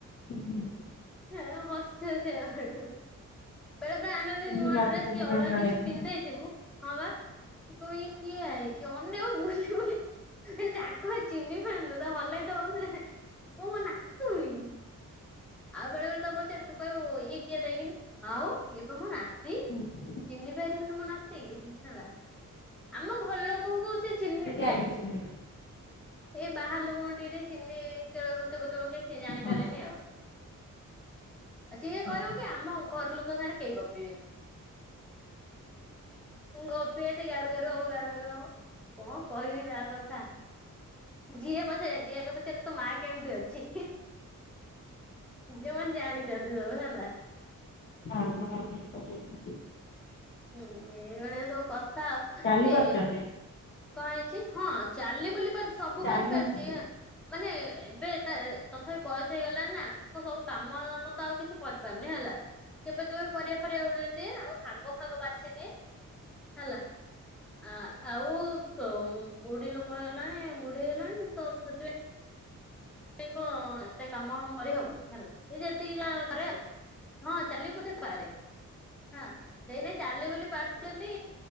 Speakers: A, on the left; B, in the centre.
A: ହୁଁ ହୁଁ।
B: ହେ ହସି ହସି କା ଗଡେଇବ। ବେଳେ ବଳେ ଆମେ ବି
A: ଚିହ୍ନି
B: ନୂଆ
A: ପାରନ୍ତିନି
B: ଡ୍ରେସ କି ଅଲଗା
A: ଜଣେ ଜଣେ
B: କିଛି
A: ବି
B: ପିନ୍ଧ ଦେଇଥିବୁ ହଁ ବା ସେ କହିବ ଇଏ କିଏ ଆଇଛି ଅନେଇବ ବୁଲି ବୁଲି ଆ କଣ ଚିହ୍ନି ପାରୁନୁ ତ ହଲେଇ ଦବ ସେ <inaudible> ମୋ ନାତୁଣି। ଆଉ ବେଳେ ବେଳେ ତ ପଚାରି ତୁ କହିବୁ ଇଏ କିଏ ଦେଖେନି ଆଉ ଇଏ ତ ମୋ ନାତି।
A: ହୁଁ।
B: ଚିହ୍ନି ପାରିବିନି ମୋ ନାତିକି ହେଲା। ଆମ ଘର ଲୋକଙ୍କୁ ସେ ଚିହ୍ନି
A: ଟିକେ
B: ଦିଏ।
A: ଆଗେଇ ଚାଲିବେ
B: ଏଇ ବାହାର ଲୋକଙ୍କୁ ଟିକେ ଟିକେ ଚିହ୍ନି କେଳବୁ କେବେ କେବେ କିଛି ଜାଣିପାରେନି
A: ହଁ
B: ଆଉ। ଆ ସିଏ
A: ହଁ
B: କହିବ କି ଆମ ଘର ଲୋକଙ୍କ ସାଙ୍ଗରେ କେହି ଗପିବେନି। ମୁ ଗପି ଯଦି ଗାରୁ ଗାରୁ ହବ ଗାରୁ ଗାରୁ ହବ କଣ କହିବି ତା କଥା। ଯିଏ ପଚାରିବା ଯି ଆଗେ ପଚାରିବ ତୋ ମା କେମିତି ଅଛି? ଯୋଉମାନେ ଜାଣିଛନ୍ତି ସବୁ ହେଲା।
A: ହଁ ହଁ ସେ ପଚାରିବେ।
B: ହୁଁ ଏଇଭଳିଆ ସବୁ କଥା ଆଉ
A: ଚାଲି
B: ସେ
A: ପାରୁଛନ୍ତି
B: କଂ ହେଇଛି ହଁ ଚାଲି ବୁଲି ପାରୁଛି ସବୁ
A: ଚାଲନ୍ତୁନି।
B: କରିପାରୁଛି ଏଁ। ମାନେ ଏବେ ତା ତଥାପି ବୟସ ହେଇଗଲାଣି ନା ତ ସବୁ କାମ ଧାମ ତ ଆଉ କିଛି କରିପାରୁନି ହେଲା। କେବେ କେବେ ପରିବା ଫରିବା ଉଳେଇ ଦିଏ ଆଉ ସାଗ ଫାଗ ବାଛି ଦିଏ। ହେଲା ଆ ଆଉ ସୋ ବୁଢୀ ଲୋକ ହେଲାଣି ବୁଢ ଢି ହେଲାଣି ତ ସେଥିପାଇଁ ସେ ଙ୍କ ଏତେ କାମ ହମ୍ କରିହବ କି ହେଲା ସେ ଯେତିକି ଯାହା କରେ ଆଉ। ହଁ ଚାଲି ବୁଲି ପାରେ ହଁ। ସେଇନାଗି ଚାଲି ବୁଲି ପାରୁଛି ବୋଲି